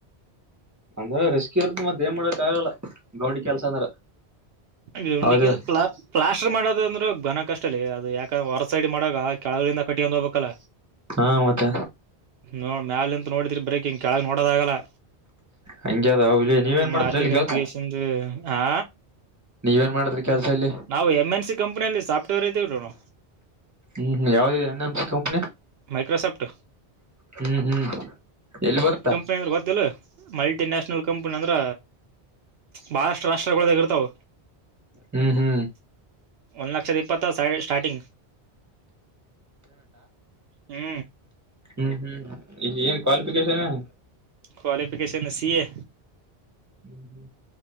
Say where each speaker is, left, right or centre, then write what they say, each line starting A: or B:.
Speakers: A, on the right; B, on the right.
A: ಅಂದ್ರ ರಿಸ್ಕರ್ತ್ತ ಮತ್ತ ಏನ್ ಮಾಡಕ್ ಆಗಲ್ಲಾ ಗೌಂಡಿ ಕೆಲ್ಸ ಅಂದ್ರ.
B: ಗೌಂಡಿ
A: ಹೌದಿಲ್ಲ
B: ಪ್ಲಾ. ಪ್ಲಾಸ್ಟರ್ ಮಾಡೋದ ಅಂದ್ರಘನ ಕಷ್ಟ ಅಲ್ಲಿ ಅದು ಯಾಕಂದ್ರ ಹೊರ ಸೈಡ್ ಮಾಡಾಗ ಕೆಳಗಳಿಂದ ಕಟ್ಟಿಕೊಂಡು ಹೋಗಬೇಕು. ಕಲ
A: ಹಾ ಮತ್ತ.
B: ನೋಡ್ ಮ್ಯಾಲಂತ ನೋಡಿದ್ರಿ ಬ್ರೇಕಿಂಗ್ ಕೆಳಗ್ ನೋಡೋದಾಗಲ್ಲಾ.
A: ಹಂಗೆ ಅದ ಇಲ್ಲಿ ನೀವೇನ್
B: ಇನ್ನ
A: ಮಾಡ್ತೀರಿ
B: ಅಲ್ಲಿ
A: ಇಲ್ಲಿ
B: ನಿಂತಿಗೆಸಿಂದ
A: ಕೆಲ್ಸ
B: ಆ.
A: ನೀವ ಏನ್ ಮಾಡಿದ್ರಿ. ಕೆಲ್ಸ ಇಲ್ಲಿ
B: ನಾವು ಎಂ ಎನ್ ಸಿ ಕಂಪನಿಯಲ್ಲಿ ಸಾಫ್ಟ್ವೇರ್ ಇದೀವ ನೋಡು.
A: ಹು ಯಾವಗಿದೆ N M C company.
B: Microsoft
A: ಹು ಹು ಎಲ್ಲಿ ಬರ್ತ.
B: ಪಯಾರ್ ಗೊತ್ತಿಲ್ಲ ಮಲ್ಟಿ ನ್ಯಾಷನಲ್ ಕಂಪನಿ ಅಂದ್ರ. ಬಾಳಷ್ಟು ರಾಷ್ಟ್ರಗಳದಾಗ ಇರ್ತಾವ.
A: ಹು ಹು
B: ಒಂದ್ ಲಕ್ಷದ ಇಪ್ಪತ್ತ ಸ್ಯಾಲರಿ ಸ್ಟಾರ್ಟಿಂಗ್ ಹು.
A: ಹು ಹು ಈ ಏನ್ ಕ್ವಾಲಿಫಿಕೇಶನ್.
B: Qualification C A.
A: ಹು ಹು